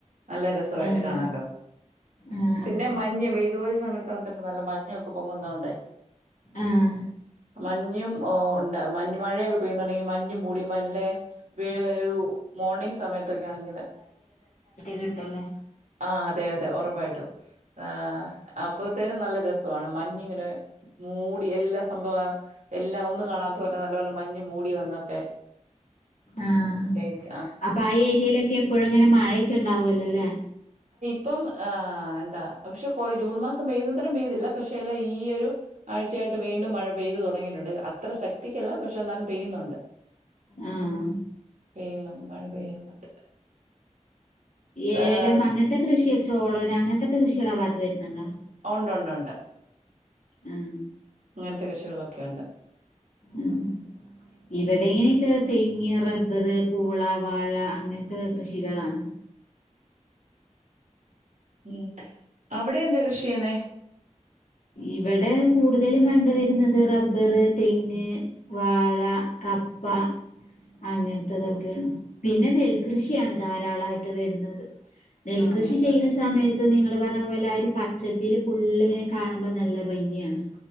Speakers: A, on the right (about 75°); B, on the left (about 80°).
A: നല്ല രസവായിട്ട്
B: ആഹ്
A: കാണല്ലോ
B: ആഹ് ആഹ്
A: പിന്നെ മഞ്ഞ് ഇതുപോലെ സമയത്തനെ നല്ല മഴ എന്റെക്കേ പോങ്ങുന്നോണ്ടേ
B: ആഹ്
A: മഞ്ഞു ഓ ഉണ്ട് മഞ്ഞ്മഴൊയ്യുകേപോഴുന്നു <unintelligible> മഞ്ഞും മൂടി മല്ലെ വീ ഒരു മോർണിങ് സമയത്തൊക്കെ ആണെങ്കില്ല്
B: വീട്ടല്ലേ
A: ആ അതെ അതെ ഉറപ്പായിട്ടും ആ അപ്പത്തേനും നല്ല രസമാണ് മഞ്ഞ് ങ്ങനെ മൂടി എല്ലാ സംഭവ എല്ലാം ഒന്ന് കാണാത്ത പോലെ നല്ലപോലെ മഞ്ഞ് മൂടി വന്നൊക്കെ
B: ആഹ്
A: ഏക്ക
B: അപ്പൊ ആ ഏരിയയിലൊക്കെ എപ്പഴുങ്ങനെ മഴെക്കെ ഉണ്ടാവുല്ലോ ലേ.
A: പ്പം എന്താ പക്ഷെ കുറെ ജൂൺ മാസം പെയ്യുന്നത്തരം പെയ്തില്ല പക്ഷെ അല്ല ഈ ഒരു ആഴ്ചയ യിട്ട് വീണ്ടും മഴ പെയ്തു തുടങ്ങിയിട്ടുണ്ട് അത്ര ശക്തിക്കല്ല പക്ഷെ എന്നാലും പെയ്യുന്നുണ്ട്.
B: ആഹ്
A: പെയ്യുന്നുണ്ട് മഴ പെയ്യുന്നുണ്ട്.
B: ഏലം
A: ഏഹ്
B: അങ്ങനത്തെ കൃഷിള് ചോളന് അങ്ങനത്തൊക്കെ കൃഷിള് ആഭാഗത്ത് വരുന്നുണ്ടോ.
A: ഒണ്ടൊണ്ടോണ്ട്.
B: ഉം
A: അങ്ങനത്തെ കൃഷിയെലൊക്കെണ്ട്.
B: ഉം ഇവിടെ ഇങ്ങനെയൊക്കെ തെങ്ങ്, റബ്ബർ, പൂള, വാഴ, അങ്ങനത്തെ കൃഷികളാണ്.
A: ഉം അവിടെ എന്താ കൃഷി ചെയ്യുന്നേ?
B: ഇവടെ കൂടുതലും കണ്ട് വരുന്നത് റബ്ബർ തെങ്ങ് വാഴ കപ്പ അങ്ങനത്തെതൊക്കെയാണ് പിന്നെ നെൽകൃഷിയാണ് ധാരാളായിട്ട് വരുന്നത്. നെൽകൃഷി
A: ആ നെല്ലുണ്ട്
B: ചെയ്യ്ണ സമയത്ത് നിങ്ങള് പറഞ്ഞ പോലെ ആ ഒരു പച്ചപ്പില് ഫുള്ള്ങ്ങനെ കാണുമ്പോ നല്ല ഭംഗിയാണ്.